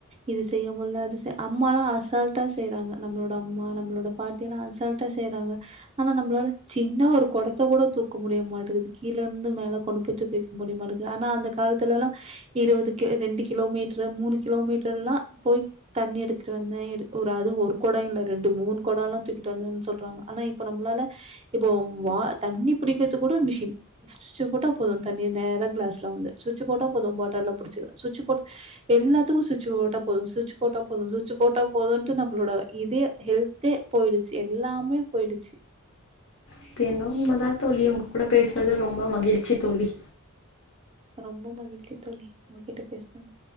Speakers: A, on the right; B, on the left.
A: இது செய்ய முல்ல அது செய் அம்மாலா அசால்ட்டா செய்றாங்க நம்ப்ளோட அம்மா நம்ப்ளோட பாட்டி எல்லா அசால்ட்டா செய்யறாங்க ஆனா நம்ப்ளால சின்னா ஒரு கொடத்த கூட தூக்க முடிய மாட்டேக்குது கீழ இருந்து மேலே கொண்டு போய் தூக்கி வெக்க முடிய மாட்டேக்குது ஆனா அந்த காலத்துலலா இருபது கி ரெண்டு கிலோமீட்ரு மூணு கிலோமீட்டர்லா போய் தண்ணி எடுத்ட்டு வந்தே இரு ஒரு அது ஒரு கொடோ இல்ல ரெண்டு மூணு கொடோலா தூக்கிட்டு வந்தேன்னு சொல்றாங்க ஆனா இப்ப நம்பளால இப்போ வா தண்ணி புடிக்கிற்துக் கூட மிஷின் சுவிச்ச போட்டா போது தண்ணி நேர க்ளாஸ்ல வந்து சுவிச்சு போட்டா போது பாட்டில்ல புடிச்சு ச்விச் போட் எல்லாத்துக்கு ச்விச்சு போட்டா போது சுட்சு போட்டா போது சுட்சு போட்டா போதும்ட்டு நம்பளோட இதே ஹெல்த்தே போய்டுச்சு எல்லாமே போய்டுச்சு
B: அது என்னமோ உண்மதா தோழி உங்க கூட பேசுனது ரொம்ப மகிழ்ச்சி தோழி
A: ரொம்ப மகிழ்ச்சி தோழி உங்ககிட்ட பேஸ்னது